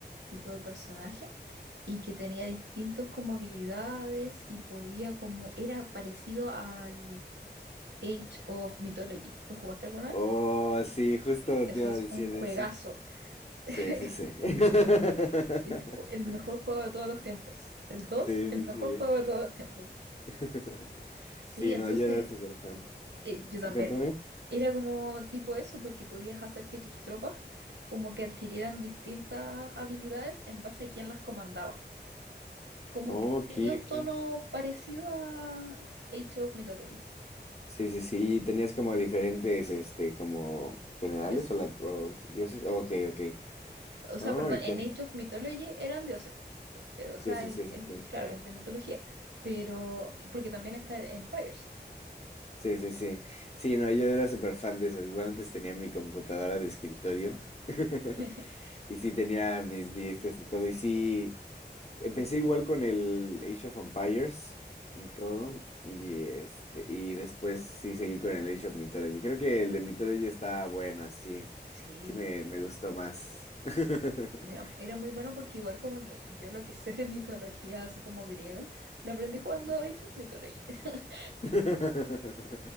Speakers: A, on the right; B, on the left.
A: tipo de personaje y que tenía distintos como habilidades y podía como, era parecido al Age of Mythology. ¿Lo jugaste alguna
B: Oh,
A: vez?
B: sí, justo
A: Eso
B: te iba
A: es
B: a decir
A: un juegazo.
B: de ese. Sí,
A: <laughs>
B: sí, sí. <laughs>
A: Es cu- el mejor juego de todos los tiempos. El dos,
B: Sí,
A: el
B: sí,
A: mejor
B: sí.
A: juego de todos los tiempos.
B: <laughs>
A: Sí,
B: Sí,
A: entonces
B: no, yo era súper fan.
A: eh, yo
B: Sí,
A: también.
B: cuéntame.
A: Era como tipo eso, porque podías hacer que tus tropas como que adquirieran distintas habilidades en base a quién las comandaba. como
B: Oh,
A: que
B: ok,
A: tenía un
B: ok.
A: tono parecido a Age of Mythology,
B: Sí, sí, sí. ¿Y tenías como diferentes, este, como generales
A: dioses.
B: o, la, o dioses? Oh, Ok, ok.
A: O sea,
B: Oh,
A: perdón,
B: interesante.
A: en Age of Mythology eran dioses. Eh, O sea,
B: Dioses,
A: el,
B: sí, sí,
A: el-
B: sí.
A: claro, el de mitología. Pero, porque también está el Empires.
B: Sí, sí, sí. Sí, Sí, no, yo era súper fan de eso. Igual antes tenía mi computadora de escritorio. <laughs>
A: <laughs>
B: Y sí tenía mis discos y todo. Y sí, Empecé igual con el Age of Empires y todo. Y este, y después sí seguí con el Age of Mythology. Creo que el de Mythology está bueno, así.
A: Sí,
B: Sí me, me gustó más. <laughs>
A: era, era muy bueno porque igual como que yo lo que sé de mitología, así como griega, lo aprendí jugando
B: Ujú.
A: Age of Mythology. <laughs>
B: <laughs>